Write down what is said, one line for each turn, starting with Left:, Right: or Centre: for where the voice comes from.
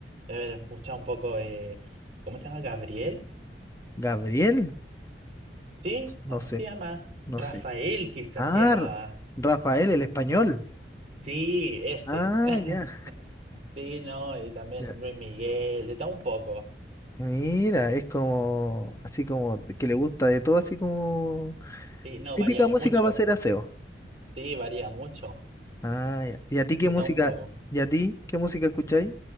Right: a ver, escucha un poco, eh, ¿cómo se llama? ¿Gabriel?
Left: Gabriel.
Right: Sí,
Left: No
Right: así
Left: sé,
Right: se llama.
Left: no
Right: Rafael
Left: sé.
Right: quizás
Left: Ah,
Right: se llamaba.
Left: R- Rafael, el español.
Right: Sí, ese.
Left: Ah,
Right: <laughs>
Left: ya,
Right: Sí, no, y también
Left: ya.
Right: Luis Miguel, de todo un poco.
Left: Mira, es como, así como, de- que le gusta de todo, así como,
Right: Sí, no,
Left: típica
Right: varía
Left: Sí.
Right: mucho.
Left: música para hacer aseo.
Right: Sí, varía mucho,
Left: Ah, ya. ¿Y a ti qué
Right: de
Left: música,
Right: todo un poco.
Left: y a ti qué música escucháis?